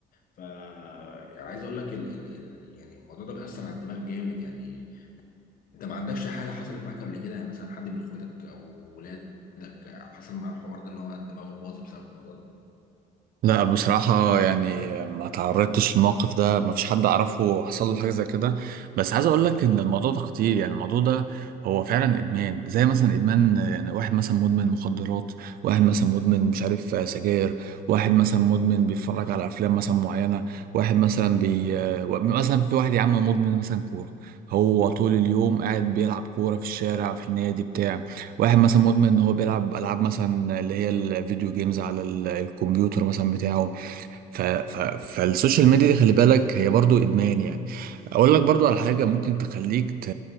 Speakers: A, on the left; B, on the right.
A: فعايز اقول لك ال ال ال يعني الموضوع ده بيأثر على الدماغ جامد يعني انت ما عندكش حاله حصلت معاك قبل كده يعني مثلا حد من اخواتك او ولادك حصل معاه الحوار ده ان هو دماغه باظ بسبب الموضوع ده
B: لا بصراحة يعني ما تعرضتش للموقف ده ما فيش حد أعرفه حصل له حاجة زي كده بس عايز أقول لك إن الموضوع ده خطير يعني الموضوع ده هو فعلا إدمان زي مثلا إدمان يعني واحد مثلا مدمن مخدرات واحد مثلا مدمن مش عارف آه، سجاير واحد مثلا مدمن بيتفرج على أفلام مثلا معينة واحد مثلا بي آه، و- مثلا في واحد يا عم مدمن مثلا كورة هو طول اليوم قاعد بيلعب كورة في الشارع في النادي بتاع واحد مثلا مدمن ان هو بيلعب العاب مثلا اللي هي الفيديو جيمز على ال- الكمبيوتر مثلا بتاعه ف... ف... فالسوشيال ميديا دي خلي بالك هي برضو ادمان يعني اقول لك برضو على حاجه ممكن تخليك ت...